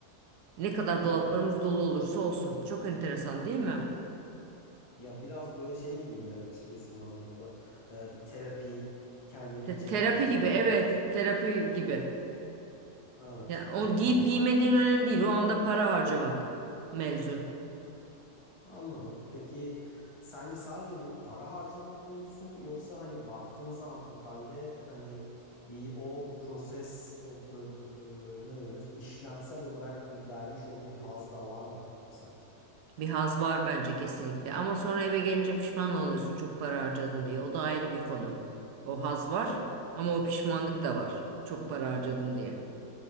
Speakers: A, on the right; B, on the left.
A: Ne kadar dolaplarımız
B: Hmm.
A: dolu olursa olsun. Çok enteresan değil mi?
B: Ya biraz böyle şey gibi mi demek istiyorsun bana burada? Ee, bir terapi, kendine
A: Te-
B: çeki
A: terapi
B: düzen
A: gibi,
B: vermek.
A: evet, terapi gibi.
B: Evet
A: Ya o
B: anlıyorum.
A: giyip giymediğin önemli değil. O anda para harcamak mevzu.
B: Anladım. Peki sence sadece bu para harcama konusu mu yoksa hani baktığın zaman totalde hani bir o proses o pro- e, e, ne denir işlemsel olarak bir vermiş olduğu bir haz da var mı burada sence?
A: Bir haz var bence kesinlikle. Ama sonra eve gelince pişman oluyorsun çok para harcadım diye. O da ayrı bir konu. O haz var ama o pişmanlık da var. Çok para harcadım diye.